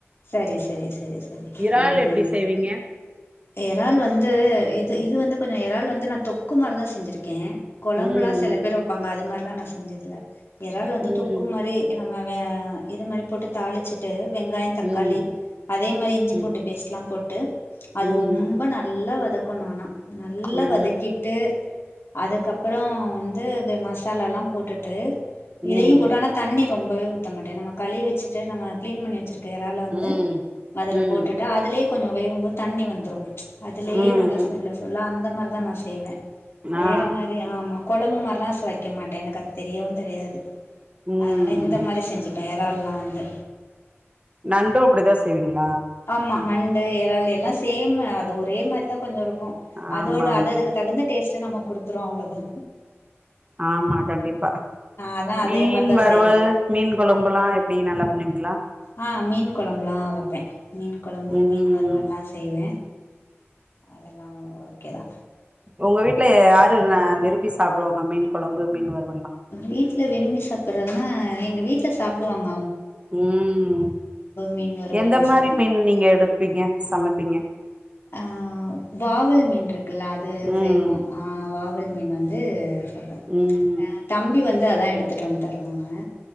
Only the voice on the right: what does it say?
இறால்
எப்டி செய்வீங்க
ம்
ம்
ம்
ம்
ம்
ம் ஆ
ம்
ம்
ம்
ம்
ம்
ஆ
ம்
நண்டும் அப்டிதா செய்வீங்களா
ஆமா
ஆமா
ஆமா
ஆமா கண்டிப்பா
மீன்
வறுவல்
மீன் கொழம்புல்லா எப்டி நல்லா பண்ணுவீ ங்ளா
ம்
ஒங்க வீட்ல யாரு ந விரும்பி சாப்டுவாங்க மீன் கொலம்பு மீன் வருவ்
ம்
எந்த மாரி
மீன் நீங்க எடுப்பீங்க சமப்பீங்க
ம்
ம்